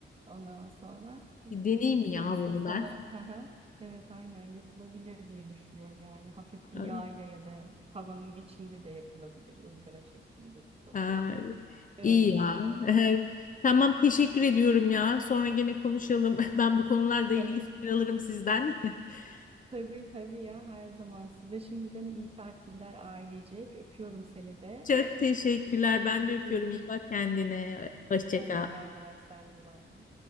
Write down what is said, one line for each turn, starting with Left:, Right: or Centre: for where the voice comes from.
Right: ondan sonra e,
Left: Bir deneyeyim ya
Right: seni
Left: bunu
Right: sana
Left: ben
Right: <laughs> hı hı, evet aynen yapılabilir diye düşünüyorum. Yani hafif bir
Left: <laughs>
Right: yağ ile ya da tavanın içinde de yapılabilir ızgara şeklinde de olabilir.
Left: Ha,
Right: Ne
Left: iyi
Right: olur.
Left: ya.
Right: Hı hı.
Left: <laughs> Tamam teşekkür ediyorum ya. Sonra gene konuşalım. <laughs> Ben bu konularla ilgili
Right: Tabii.
Left: fikir alırım sizden. <laughs>
Right: Tabii tabii ya her zaman. Size şimdiden iyi tatiller ailecek. Öpüyorum seni de.
Left: Çok teşekkürler. Ben de öpüyorum.
Right: Görüşürüz.
Left: İyi bak kendine. Hoşça
Right: Sen
Left: kal.
Right: de bay bay, sen de bay bay.